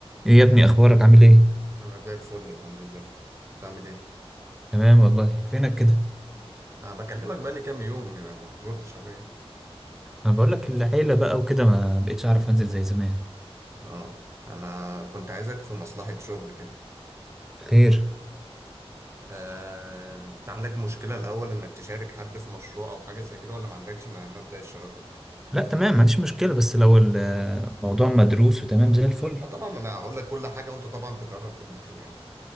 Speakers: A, in the centre; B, on the right.
A: ايه يا ابني اخبارك عامل ايه
B: انا زي الفل الحمد لله بتعمل ايه
A: تمام والله فينك كده
B: أه بكلمك بقى لي كام يوم يعني ما بتردش عليا
A: انا بقول لك العيله بقى وكده ما بقتش اعرف انزل زي زمان
B: اه انا كنت عايزك في مصلحة شغل كده
A: خير
B: أه... انت عندك مشكلة الاول انك تشارك حد في مشروع او حاجة زي كده ولا ما عندكش م- مبدأ الشراكة
A: لا تمام ما عنديش مشكله بس لو الموضوع مدروس وتمام زي الفل
B: أه طبعا انا هقول لك كل حاجة وانت طبعا تقرر في الاخر يعني